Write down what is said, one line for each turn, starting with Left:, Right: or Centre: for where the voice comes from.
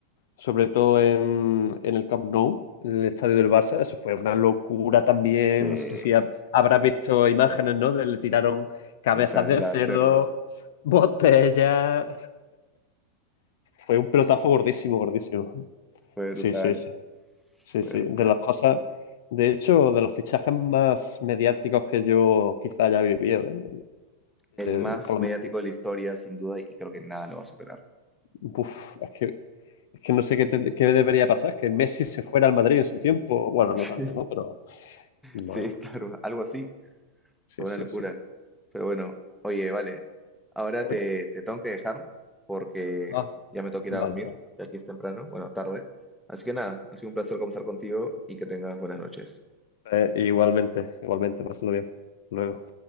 Left: sobre todo en, en el Camp Nou, en el estadio del Barça. Eso fue una locura también.
Centre: Sí,
Left: No sé si ha-
Centre: sí,
Left: habrás
Centre: sí.
Left: visto imágenes, ¿no? De le tiraron cabezas
Centre: El chan-
Left: de
Centre: la
Left: cerdo,
Centre: hacerlo.
Left: <laughs> botellas. Fue un pelotazo gordísimo, gordísimo.
Centre: Fue brutal.
Left: Sí, sí, sí. Sí,
Centre: Verdad.
Left: sí, de las cosas, de hecho, de los fichajes más mediáticos que yo quizá haya vivido, de,
Centre: El más
Left: de- por lo
Centre: mediático
Left: menos-
Centre: de la historia, sin duda, y creo que nada lo va a superar. <laughs>
Left: uf, es que, es que no sé qué, te- qué debería pasar, que Messi se fuera al Madrid en su tiempo, bueno,
Centre: Sí.
Left: no tanto, ¿no? Pero, bueno,
Centre: Sí, claro, algo así.
Left: sí,
Centre: Fue una
Left: sí,
Centre: locura.
Left: sí.
Centre: Pero bueno, oye, vale. Ahora
Left: Uy,
Centre: te, te tengo que dejar porque
Left: ah,
Centre: ya me tengo que ir
Left: vale,
Centre: a dormir.
Left: vale.
Centre: Ya aquí es temprano, bueno, tarde. Así que nada, ha sido un placer conversar contigo y que tengas buenas noches.
Left: Eh, igualmente, igualmente, pásalo bien. Luego.